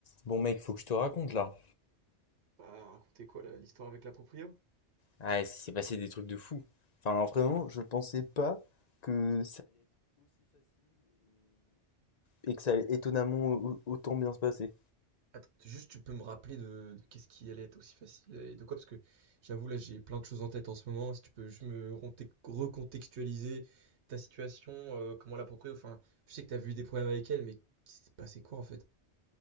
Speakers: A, on the left (about 40°); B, on the right (about 75°).
A: Bon mec, faut que je te raconte là.
B: Bah, racontez quoi là, l'histoire avec la proprio?
A: Ah, il s'est passé des trucs de fou. Enfin, vraiment, je sais pas que et que ça allait et où- où bien se passer.
B: Attends, juste tu peux me rappeler de, de qu'est-ce qui allait être aussi facile et de quoi, parce que j'avoue là j'ai plein de choses en tête en ce moment, si tu peux juste me ronte- recontextualiser ta situation, euh, comment la proprio, enfin je sais que t'as vu des problèmes avec elle, mais qui s'est passé quoi en fait?